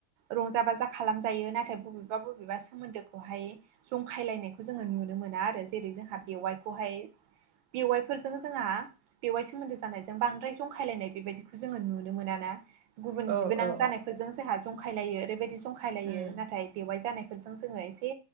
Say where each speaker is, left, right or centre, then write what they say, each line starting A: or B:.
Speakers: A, on the right; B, on the right.
A: रंजा -बाजा खालामजायो नाथाय बबेबा बबेबा सोमोन्दोखौहाय जंखायलायनायखौ जोङो नुनो मोना आरो जेरै जोंहा बेवाइखौहाय बेवाइफोरजों जोंहा बेवाइ सोमोन्दो जानायजों बांद्राय जं जंखायलायनाय बेबायदिखौ जोङो नुनो मोना ना गुबुन
B: औ
A: बिबोनां
B: उम
A: जानायफोरजों जोंहा जंखायलायो ओरैबायदि जंखायलायो
B: उम
A: नाथाय बेवाइ जानायफोरजों जोङो एसे